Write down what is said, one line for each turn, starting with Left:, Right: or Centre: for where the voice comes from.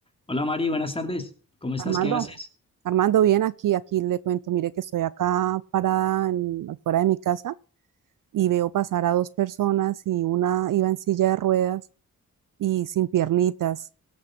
Left: Hola Mari, buenas tardes. ¿Cómo estás?
Right: Armando,
Left: ¿Qué haces?
Right: Armando, bien aquí, aquí le cuento, mire que estoy acá parada en- afuera de mi casa y veo pasar a dos personas y una iba en silla de ruedas y sin piernitas.